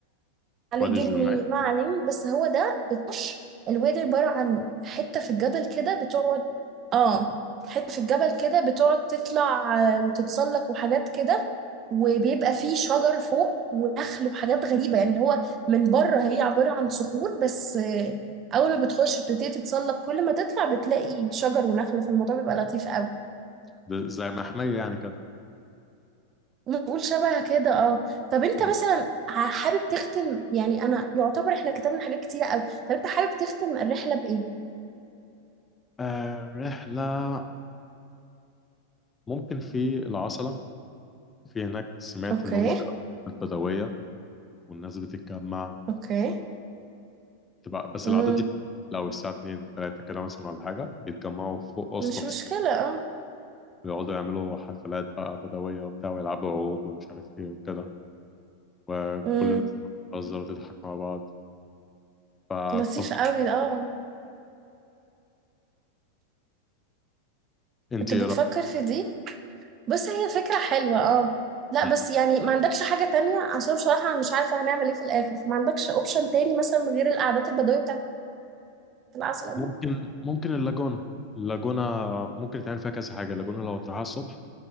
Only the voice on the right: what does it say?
عليه
جني
معلم بس هو ده بتخش الوادي عبارة عن حتة في الجبل كده بتقعد اه حتة في الجبل كده بتقعد تطلع آه، وتتسلق وحاجات كده وبيبقى فيه شجر فوق ونخل وحاجات غريبة يعني اللي هو من بره هي عبارة عن صخور بس آه، أول ما بتخش بتبتدي تتسلق كل ما تطلع بتلاقي شجر ونخل فالموضوع بيبقى لطيف قوي
نقول شبه كده اه طب انت
مثلا ع- حابب تختم يعني انا يعتبر احنا كتبنا حاجات كتيرة قوي طب انت حابب تختم الرحلة بإيه؟
اوكي
اوكي
امم
مش مشكلة اه
امم
لطيف
قوي اه
انت
بتفكر
في دي بس هي فكرة حلوة اه لا
بس يعني ما عندكش حاجة تانية عشان بصراحة انا مش عارفة هنعمل ايه في الاخر فما عندكش اوبشن تاني مثلا غير القعدات البدوية بتاعت العسل
دي